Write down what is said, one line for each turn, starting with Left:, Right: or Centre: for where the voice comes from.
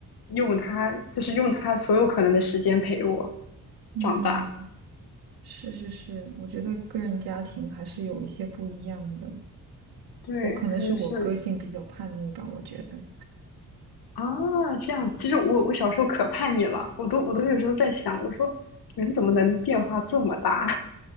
Left: 用他，就是用他所有可能的时间陪我
Right: 嗯，
Left: 长大。
Right: 是是是，我觉得个人家庭还是有一些不一样的。
Left: 对，
Right: 我可能是我个性比较叛逆吧，
Left: 可能是
Right: 我觉得。
Left: 啊，这样。其实我我小时候可叛逆了，我都我都有时候在想，我说人怎么能变化这么大，